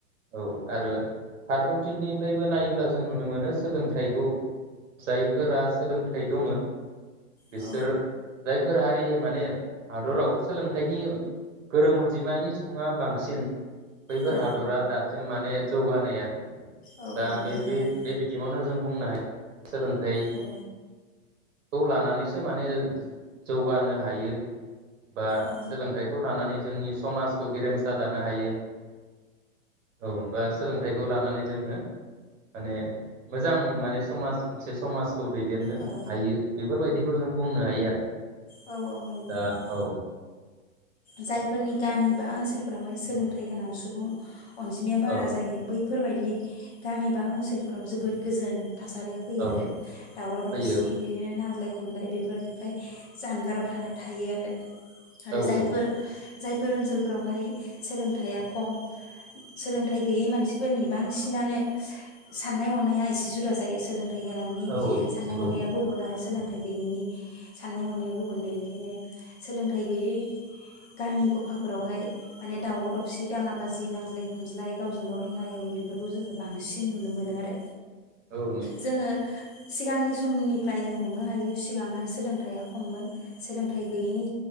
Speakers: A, on the right (about 60°); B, on the left (about 45°).
A: औ आरो फारफ्रोम थिंनिफ्रायबो नायोब्ला जों नुनो मोनो सोलोंथाइखौ जायफोरा सोलोंथाइ दङ बिसोर
B: औ
A: जाय फोर हारि माने हादराव सोलोंथाइनि गोरों अनजिमानि सुंबुङा बांसिन बैफोर
B: औ
A: हादरा दासिम माने जौगानाय आरो
B: औ
A: दा
B: औ
A: बे
B: जौगानाय
A: बे बिथिंङावनो जों बुंनाय सोलोंथाइ
B: औ
A: खौ लानानैसो माने जौगानो हायो। बा
B: औ
A: सोलोंथाइखौ लानानै जोंनि समाज खौ गेरेमसा दानो हायो औ बा सोलोंथाइखौ लानानै जोङो माने मोजां माने समाज मोनसे समाज खौ दैदेननो
B: औ
A: हायो बेफोरबायदिखौ जों बुंनो हायो आरो
B: औ नंगौ नोंथां
A: औ
B: जायफोरनि गामि बा ओनसोलफोरावहाय सोलोंथाइ गोनां सुबुं अनजिमाया बारा
A: औ
B: जायो बै फोरबायदि गामि बा ओनसोल फोराव जोबोद गोजोन थासारिया फैयो
A: औ
B: आरो दावराव दावसि
A: फैयो
B: बिदिनो नांज्लाय खम खमलाय बेफोरनिफ्राय जानगाराव थानाय थायो आरो। आरो
A: औ
B: जायफोर
A: औ।
B: जायफोर ओनसोलफोरावहाय सोलोंथाइया खम सोलोंथाइ गैयै मानसिफोरनि बांसिनानो साननाय हनाया एसे जुदा जायो सोलों थाइ गोनांनि
A: औ औ
B: साननाय
A: नंगौ
B: हनाया गुबुन आरो सोलों सोलोंथाइ गैयैनि साननाय हनाया गुबुन बेनिखायनो सोलोंथाइ गैयै गामि गफाफोरावहाय माने दावराव दावसि दाङा बाजि नांज्लाय खमज्लाय गावजों गाव एना एनि बेफोरखौ जोङो बांसिन नुनो मोनो आरो।
A: औ नंगौ
B: जोङो सिगांनि समनिफ्राय जों हमनो हायो सिगांहाय सोलोंथाइआ खममोन सोलोंथाइ गैयनि